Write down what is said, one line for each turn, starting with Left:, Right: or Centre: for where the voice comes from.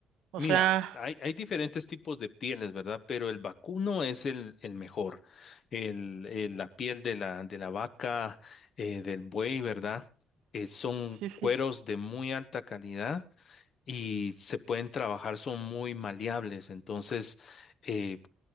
Right: O
Left: mira,
Right: sea,
Left: hay, hay diferentes tipos de pieles, ¿verdad? Pero el vacuno es el, el mejor. El, el- la piel de la, de la vaca, eh, del buey, ¿verdad? Eh, son
Right: sí, sí.
Left: cueros de muy alta calidad y se pueden trabajar, son muy maleables. Entonces, eh,